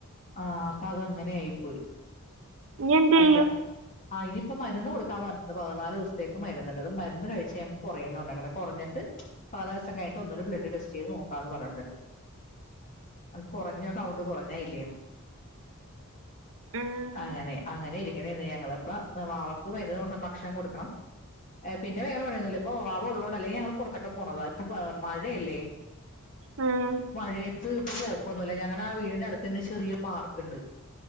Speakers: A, on the left; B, on the right.
A: ആഹ് അപ്പതങ്ങനെയായി പോയി
B: ഇനി എന്ത് ചെയ്യും
A: അത് അയ്നിപ്പം മര്ന്ന് കൊടുക്കാൻ പറഞ്ഞിട്ട് പതിനാലൂസ്ത്തേക്ക് മര്ന്ന്ണ്ട് അതൊണ്ട് മരുന്ന് കഴിച്ചു കഴുമ്പ കൊറയുന്ന പറഞ്ഞേക്കണ് കൊറഞ്ഞിട്ട് പതിനാലൂസം കയ്ൻട്ട് ഒന്നൂടെ ബ്ലഡ് ടെസ്റ്റ് ചെയ്ത് നോക്കാന്ന് പറഞ്ഞിട്ട്ണ്ട് അത് കൊറഞ്ഞ കൗണ്ട് കൊറഞ്ഞായില്ലേന്ന്
B: ഉം
A: അങ്ങനെ അങ്ങനെ ഇരി <unintelligible> ഞങ്ങള്പ്പ വാവക്ക് മരുന്നൊടുക്കണം ഭക്ഷണം കൊടുക്കണം എഹ് പിന്ന വേറ പണിയൊന്നൂല്ലിപ്പോ വാവ ഉള്ളോ നല്ലേ ഞങ്ങള് പൊറത്തൊക്കെ പോണതാ ഇപ്പ മ മഴയല്ലേ
B: ഉം
A: മഴ ത്ത് ഇപ്പ പോക്കൊന്നുല്ല ഞങ്ങട വീടിന്റടുത്തന്നെ ചെറിയ പാർക്ക്ണ്ട്